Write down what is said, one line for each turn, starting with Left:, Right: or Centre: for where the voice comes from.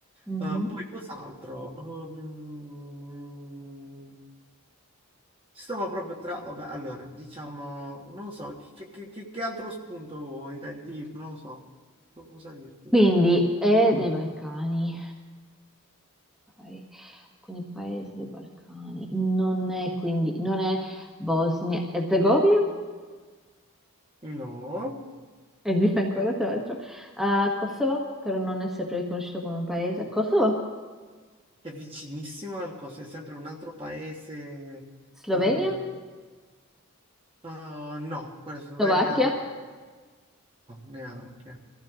Centre: Mhm.
Right: Eh, poi cos'altro? Ehm, stavo proprio tra... Vabbè, allora, diciamo, non lo so, che, che- che- che altro spunto vuoi? Dai, di, non lo so, cosa dirti?
Centre: Quindi è dei Balcani. Ok. Quindi paese dei Balcani. Non è quindi, non è Bosnia e Herzegovina?
Right: No,
Centre: Esiste ancora, tra l'altro. Ah, Kosovo, però non è sempre riconosciuto come un paese. Kosovo?
Right: è vicinissimo al coso, è sempre un altro paese.
Centre: Slovenia?
Right: ehm, eh, no, quella Slovenia
Centre: Slovacchia?
Right: no, neanche.